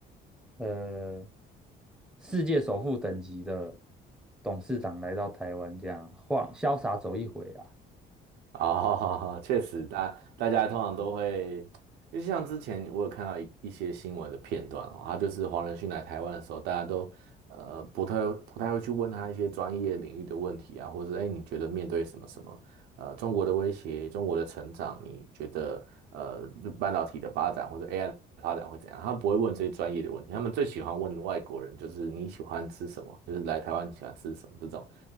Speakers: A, in the centre; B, on the right.
A: 呃世界首富等级的董事长来到台湾，这样晃潇洒走一回啊。
B: 啊、<laughs> 哈，确实，大大家通常都会，因为像之前我有看到一一些新闻的片段哦，他就是黄仁勋来台湾的时候，大家都呃不太不太会去问他一些专业领域的问题啊，或者哎你觉得面对什么什么，呃中国的威胁、中国的成长，你觉得呃半导体的发展或者 AI 的发展会怎样？他不会问这些专业的问题，他们最喜欢问外国人，就是你喜欢吃什么，就是来台湾你喜欢吃什么这种